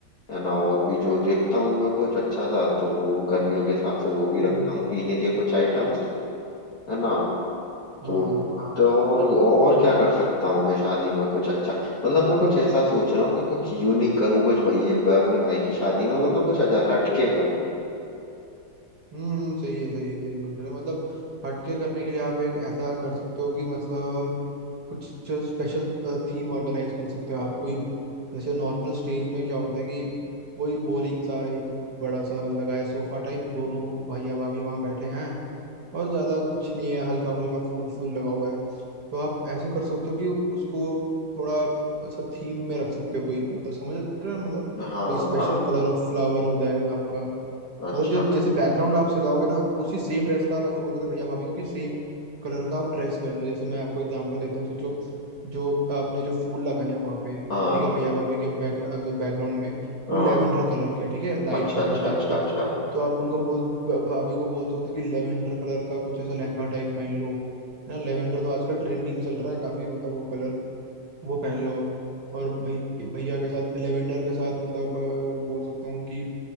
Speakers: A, on the left; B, on the right.
A: है ना और भी जो देखता हूँ मैं कुछ अच्छा सा तो गर्मियों के हिसाब से वो भी रखता
B: हम्म
A: हूँ पीने के कुछ आइटम है ना
B: हाँ
A: तो तो और और क्या कर सकता हूँ मैं शादी में कुछ अच्छा मतलब मैं कुछ ऐसा सोच रहा हूँ कि कुछ यूनिक करूँ कुछ भैया अपने भाई की शादी में मतलब कुछ अच्छा हटके करूँ
B: हम्म सही है सही है सही सोच रहे हो मतलब हटके करने के लिए आप एक ऐसा कर सकते हो कि मतलब कुछ स्पेशल थीम ऑर्गेनाइज कर सकते हो आप कोई जैसे नॉर्मल स्टेज में क्या होता है कि वही बोरिंग सा एक बड़ा सा लगा है सोफा टाइप दोनों भैया भाभी वहां बैठे हैं और ज़्यादा कुछ नहीं है हल्का फुल्का फूल फूल लगा हुआ है तो आप ऐसे कर सकते हो कि उसको थोड़ा ऐसा थीम में रख सकते हो कोई मतलब समझ रहे हो मतलब
A: हाँ
B: कोई स्पेशल
A: हाँ
B: कलर ऑफ फ्लावर हो जाएगा आपका
A: अच्छा
B: मतलब जो जैसे बैकग्राउंड आप सजाओगे ना उसी सेम ड्रेस का आप ऐसा बोलते थे भैया भाभी को कि सेम कलर का आप ड्रेस पहन लो जैसे मैं आपको एग्जांपल देता हूँ सोचो जो आपने जो फूल लगाए हैं वहाँ पे
A: हाँ
B: ठीक है भैया भाभी के बैक बैकग्राउंड में वो
A: हाँ
B: लेवेंडर कलर के ठीक है लाइट
A: अच्छा
B: पर्पल
A: अच्छा
B: टाइप
A: अच्छा
B: का
A: अच्छा
B: तो आप उनको बोल भ- भाभी को बोलते हो कि लेवेंडर कलर का कुछ ऐसा लहंगा टाइप पहन लो ना लेवेंडर तो आजकल ट्रेंडिंग चल रहा है काफी मतलब वो कलर वो पहन लो और भई भैया के साथ लेवेंडर के साथ मतलब अ, बोल सकता हूँ कि